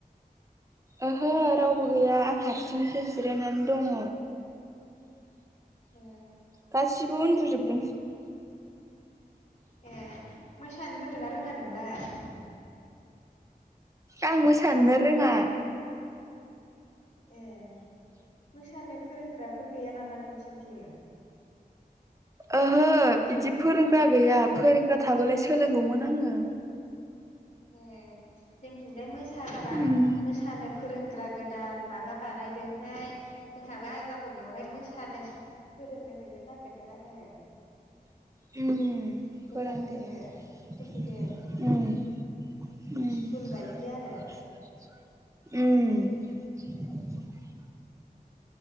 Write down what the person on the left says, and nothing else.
ए
ए मोसानो रोङोन ना रोङा नोंलाय?
ए मोसानो फोरोंग्राफोर गैया नामा नोंसिनिथिं?
ए जोंथिंजाय मोस मोसाग्रा
मोसानो फोरोंग्रा गोदान माबा बानायदोंहाय जोंहाबो आजाखौ बेवहाय मोसानो फोरोंनो हैनो नागिरदों आङो
गोदानसो
खुलिदों
स्कुल बायदि आरो